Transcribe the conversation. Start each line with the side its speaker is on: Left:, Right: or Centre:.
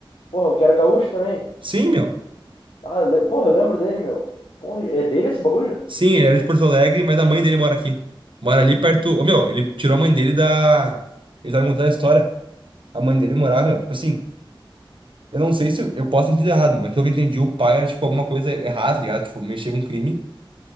Left: Porra, o que era gaúcho também.
Right: Sim, meu.
Left: Ah, le... porra, eu lembro dele, meu. Porra, é dele esse bagulho?
Right: Sim, ele era de Porto Alegre, mas a mãe dele mora aqui. Mora ali perto. Ô, meu, ele tirou a mãe dele da. Ele tava me contando a história. A mãe dele morava, meu. Tipo assim, eu não sei se eu eu posso ter entendido errado, mas pelo que eu entendi, o pai era, tipo, alguma coisa errada, tá ligado? Tipo, mexia com crime.